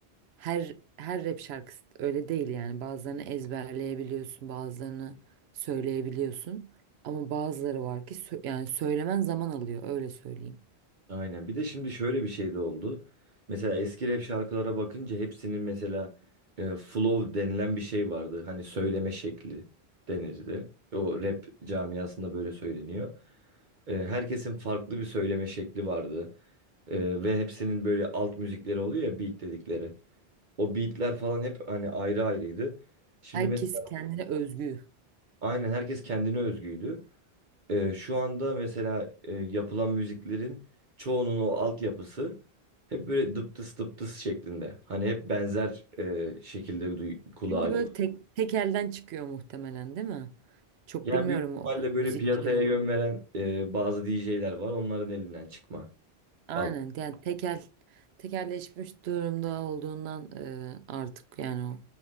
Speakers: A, on the right (about 80°); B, on the right (about 50°).
A: Her her rap şarkısı öyle değil yani. Bazılarını ezberleyebiliyorsun, bazılarını söyleyebiliyorsun. Ama bazıları var ki sö- yani söylemen zaman alıyor öyle söyleyeyim.
B: Aynen. Bir de şimdi şöyle bir şey de oldu. Mesela eski rap şarkılara bakınca hepsinin mesela e, flow denilen bir şey vardı. Hani söyleme şekli denirdi. O rap camiasında böyle söyleniyor. E, herkesin farklı bir söyleme şekli vardı. Ee, ve hepsinin böyle alt müzikleri oluyor ya beat dedikleri. O beatler falan hep hani ayrı ayrıydı. Şimdi
A: Herkes
B: mes-
A: kendine özgü.
B: aynen herkes kendine özgüydü. Ee, şu anda mesela e, yapılan müziklerin çoğunun o altyapısı hep böyle dıptıs dıptıs şeklinde. Hani hep benzer e, şekilde duy- kulağa
A: Çünkü
B: geliyor.
A: böyle tek tek elden çıkıyor muhtemelen değil mi? Çok
B: Yani
A: bilmiyorum
B: büyük ihtimalle
A: o
B: böyle
A: müziklerin.
B: piyasaya yön veren e, bazı DJ'ler var. Onların elinden çıkma.
A: Aynen
B: Alt.
A: yani tekel tekelleşmiş durumda olduğundan e, artık yani o,